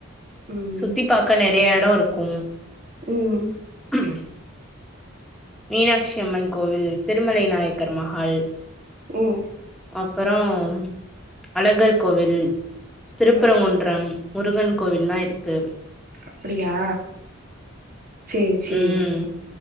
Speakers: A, on the right; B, in the centre.
A: ம்
B: சுத்தி பாக்க நெறைய இடம் இருக்கும்
A: ம்
B: ம் மீனாட்சி அம்மன் கோவில் திருமலை நாயக்கர் மஹால்
A: ம்
B: அப்புறம் அழகர் கோவில் திருப்பரங்குன்றம்
A: ம்
B: முருகன் கோவில்லா இருக்கு
A: அப்டியா சேரி சேரி
B: ம்